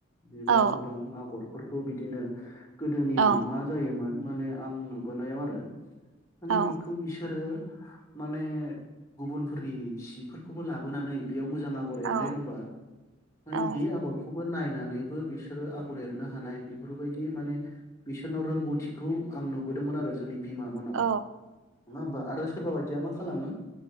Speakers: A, on the left; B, on the right.
A: बेबो
B: औ
A: गोबां आगरफोर खौ बिदिनो गोदोनिया
B: औ
A: मा जायोमोन माने आं नुबोनायाव आरो माने
B: औ
A: बेखौ बिसोरो माने गुबुनफोरनि जिफोरखौबो लाबोनानै बेयाव मो जां आगर एनाय
B: औ
A: दंबा माने
B: औ
A: बे आगरखौबो नायनानै नैबो बिसोरो आगर एरनो हानाय बेफोरबायदि माने बिसोरनाव रोंगौथिखौ आं नुबोदों मोन आरो जोंनि बिमा मोननाव
B: औ
A: नङा होनबा आरो सोरबा बायदि मा खालामो